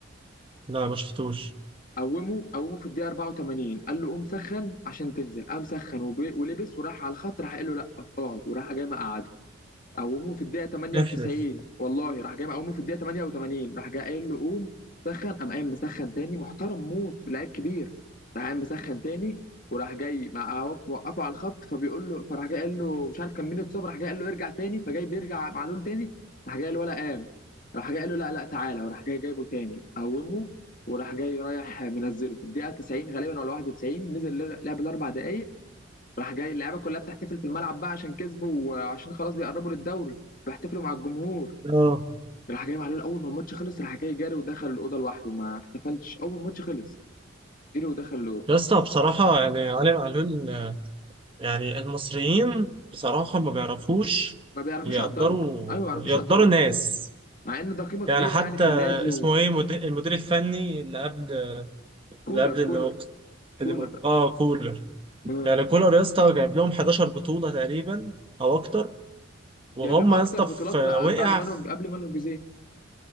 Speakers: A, on the right; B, on the left.
A: لا ما شفتوش
B: قومه قومه في الدقيقه 84 قال له قوم سخن عشان تنزل قام سخن وب- ولبس وراح على الخط راح قال له لا اقعد وراح جاي مقعده قوموه في الدقيقة 98
A: احلف
B: والله راح جاي مقوموه في الدقيقة 88 راح جاي قايل له قوم سخن قام قايم مسخن تاني محترم موت لعيب كبير راح قايم مسخن تاني وراح جاي مع وقفه على الخط فبيقول له فراح جاي قال له مش عارف كان مين اتصاب راح جاي قال له ارجع تاني فجاي بيرجع معلول تاني راح جاي قال ولا قام راح جاي قال له لا لا تعالى وراح جاي جايبه تاني قومه وراح جاي رايح منزله في الدقيقة 90 غالبا ولا 91 نزل لعب الأربع دقايق راح جاي اللعيبه كلها بتحتفل في الملعب بقى عشان كسبوا وعشان خلاص بيقربوا للدوري بيحتفلوا مع الجمهور
A: اه
B: راح جاي معلول اول ما الماتش خلص راح جاي جاري ودخل الاوضه لوحده ما احتفلش اول ما الماتش خلص جري ودخل الاوضه
A: يا اسطى بصراحة يعني علي معلول يعني المصريين بصراحة ما بيعرفوش
B: ما بيعرفوش
A: يقدروا
B: يقدروا ايوه ما بيعرفوش
A: يقدروا
B: يقدروا
A: الناس
B: مع ان ده قيمه كبيره
A: يعني حتى
B: يعني في النادي
A: اسمه ايه مد- المدير الفني اللي قبل
B: وكولر
A: اللي قبل
B: كولر
A: اللي هو اللي
B: كولر
A: موجود- اه كولر
B: آه.
A: يعني كولر يا اسطى جايب لهم 11 بطولة تقريبا او اكتر وهم
B: جايب لهم اكتر
A: يا اسطى
B: بطولات
A: في-
B: بقى
A: وقع
B: بعد مانويل
A: في-
B: قبل مانويل جوزيه